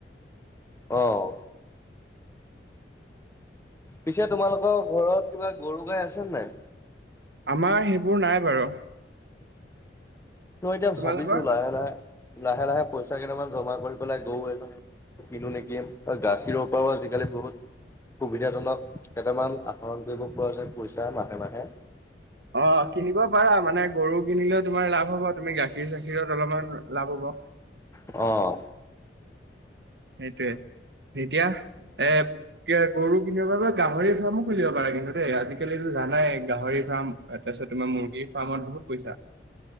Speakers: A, on the left; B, on the right.
A: অঁ! পিছে তোমালোকৰ ঘৰত কিবা গৰু গাই আছে নে নাই?
B: আমাৰ সেইবোৰ নাই বাৰু।
A: ত এতিয়া
B: তোমালোকৰ
A: ভাবিছোঁ লাহে-লাহে-লাহে-লাহে পইচা কেইটামান জমা কৰি পেলাই গৰু এজনী কিনো নেকি? অ গাখীৰৰ পৰাও আজিকালি বহুত সুবিধাজনক কেইটামান আহৰণ কৰিব পৰা যায় পইচা মাহে-মাহে।
B: অঁ! কিনিব পাৰা, মানে গৰু কিনিলেও তোমাৰ লাভ হ'ব, তুমি গাখীৰ-চাখীৰত অলপমান লাভ হ'ব।
A: অঁ!
B: সেইটোৱে। এতিয়া এ এতিয়া গৰু কিনিব পাৰিবা, গাহৰি ফাৰ্মো খুলিব পাৰা কিন্তু দেই আজিকালিতো জানাই গাহৰি ফাৰ্ম তাৰপিছত তোমাৰ মুৰ্গীৰ ফাৰ্মত বহুত পইচা।